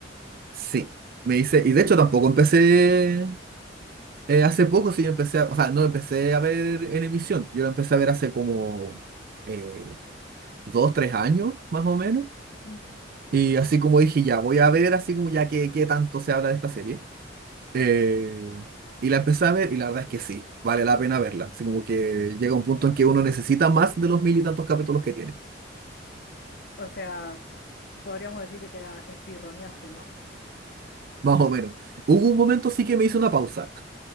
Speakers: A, on the right; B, on the left.
A: Sí. Me hice, y de hecho tampoco empecé eh, hace poco, sí, yo empecé, a- o sea, no empecé a ver en emisión, yo lo empecé a ver hace como eh, dos, tres años, más o menos,
B: Mm.
A: y así como dije, ya voy a ver, así como ya que, qué tanto se habla de esta serie, eh, y la empecé a ver, y la verdad es que sí, vale la pena verla, así como que llega un punto en que uno necesita más de los mil y tantos capítulos que tiene,
B: O sea, podríamos decir que te la espirroneaste, ¿no?
A: más o menos. Hubo
B: Ah,
A: un momento sí que me hice una pausa,